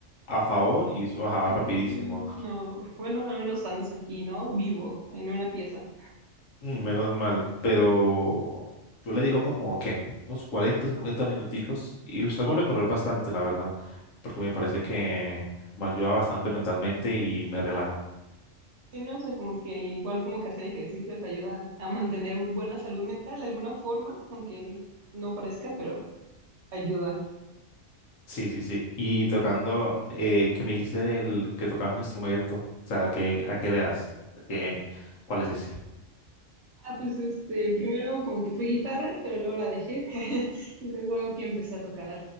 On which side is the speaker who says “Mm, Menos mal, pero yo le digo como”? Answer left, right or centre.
Left